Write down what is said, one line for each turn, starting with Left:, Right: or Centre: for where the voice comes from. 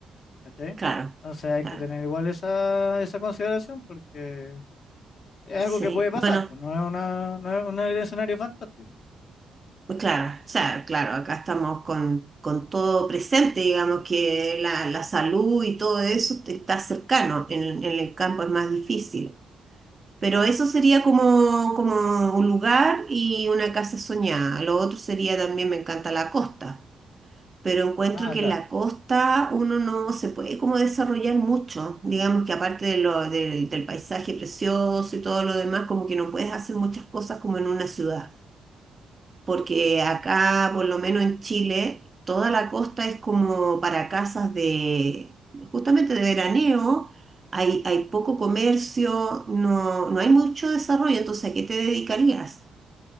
Left: ¿cachai?
Right: claro,
Left: Entonces hay
Right: claro.
Left: que tener igual esa, esa consideración porque es
Right: Sí,
Left: algo que puede pasar,
Right: bueno,
Left: pues no es una, no es un escenario fantástico.
Right: pues claro, o sea, claro, acá estamos con, con todo presente, digamos que la, la salud y todo eso está cercano, en, en el campo es más difícil. Pero
Left: Claro,
Right: eso sería como, como un lugar y una casa soñada. Lo otro sería también, me encanta la costa. pero encuentro
Left: ah,
Right: que
Left: claro.
Right: en la costa uno no se puede como desarrollar mucho. Digamos que aparte de lo, del del paisaje precioso y todo lo demás, como que no puedes hacer muchas cosas como en una ciudad. Porque acá, por lo menos en Chile, toda la costa es como para casas de, justamente de veraneo. Hay, hay poco comercio, no, no hay mucho desarrollo, entonces ¿a qué te dedicarías?